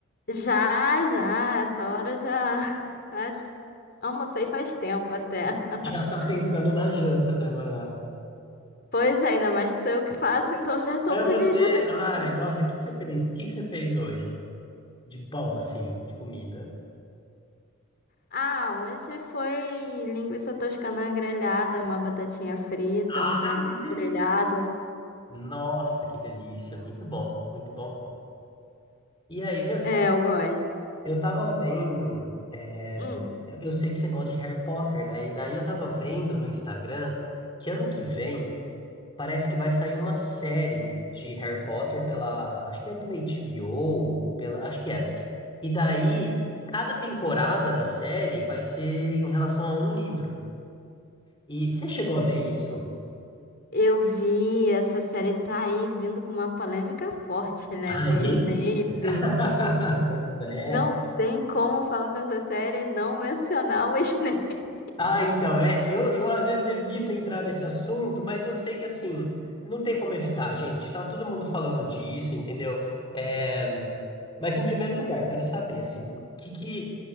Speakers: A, on the left; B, on the left.
A: Já, já. Essa hora já. <laughs> Ah, Almocei faz tempo até. <laughs>
B: Já tá pensando na janta, né, Maiara?
A: Pois é, ainda mais que sou eu que faço, então já tô
B: É
A: planejando.
B: você. Ai,
A: <laughs>
B: nossa, o que que você fez? O que que você fez hoje? De bom, assim, de comida.
A: Ah, hoje foi linguiça toscana grelhada, uma batatinha frita,
B: Ah,
A: um franguinho
B: que delícia!
A: grelhado.
B: Nossa, que delícia. Muito bom, muito bom. E aí, meu, você
A: É, eu gosto.
B: Eu tava vendo, é,
A: Hum.
B: eu eu sei que você gosta de Harry Potter, né? E daí eu tava vendo no Instagram que ano que vem parece que vai sair uma série de Harry Potter pela, acho que é pela HBO ou pela, acho que é. E daí cada temporada da série vai ser em relação a um livro. E você chegou a ver isso?
A: Eu vi, essa série tá aí vindo com uma polêmica forte, né?
B: Ai,
A: Com o
B: nem.
A: Snape.
B: <laughs> Pois é.
A: Não tem como, falando dessa série, não mencionar o Snape.
B: Ah, então, é. Eu, eu às vezes evito entrar nesse assunto, mas eu sei que assim, não tem como evitar, gente. Tá todo mundo falando disso, entendeu? É, Mas em primeiro lugar, quero saber, assim, o que, que,